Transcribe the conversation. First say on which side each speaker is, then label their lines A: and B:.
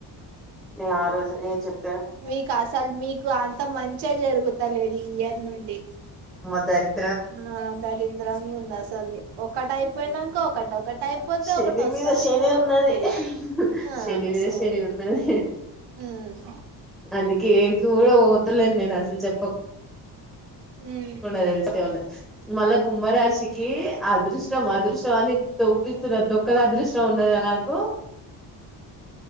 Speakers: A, in the centre; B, on the right.
A: ఇగ రోజే ఏ చెప్పు
B: మీకు అసలు మీకు అంత మంచే జరుగుతా లేదు ఈ ఇయర్ నుండి
A: దరి
B: ఆ దరిద్రంగా ఉంది అసలు ఒక టైప్ పోయినాక ఒకటి ఒకటి అయిపోతే
A: శని
B: ఒకటి వస్తానే
A: మీద శని ఉన్నది
B: ఉంది ఇగ ఆ
A: శని మీద
B: సోది
A: శని ఉన్నది
B: ఉమ్
A: అందుకే ఏడికి కూడా పోతలేను నేను అసలు చెప్పకు
B: ఉమ్
A: ఉవున్నాది తెలుసు ఉన్న మల్ల కుంభరాశికి అదృష్ట మాదృశంని తోపి తొక్కల అదృష్టం ఉన్నదా నాకు